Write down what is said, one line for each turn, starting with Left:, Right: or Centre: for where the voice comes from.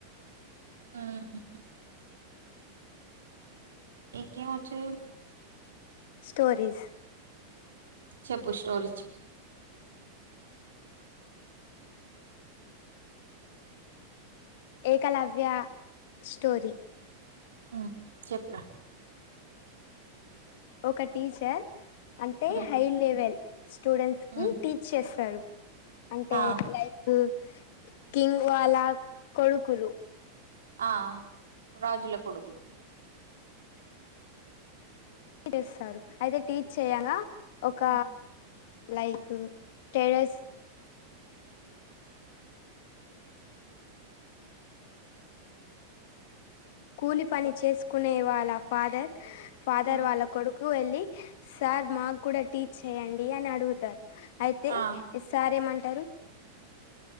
Right: మ్ హు ఇంకేం వచ్చు
Left: స్టోరీస్
Right: చెప్పు స్టోరీ చెప్
Left: ఏకలవ్య స్టోరీ
Right: హు మ్ చెప్పురా
Left: ఒక టీచర్ అంటే
Right: ఉమ్
Left: హై లెవెల్ స్టూడెంట్స్ కి
Right: ఉమ్
Left: టీచ్ చేస్తారు అంటే
Right: ఆ
Left: లైక్ కింగ్ వాళ్ళ కొడుకులు
Right: ఆ రాజుల కొడుకులు
Left: చేస్తారు అయితే టీచ్ చేయంగా ఒక
Right: ఉమ్
Left: లైక్ టెర్రెస్ కూలి పని చేసుకునే వాళ్ళ ఫాదర్ ఫాదర్
Right: ఉమ్
Left: వాళ్ళ కొడుకు కు వెళ్ళి సార్ మాకు కూడా టీచ్ చేయండి అని అడుగుతారు అయితే
Right: ఆ
Left: సారేమంటారు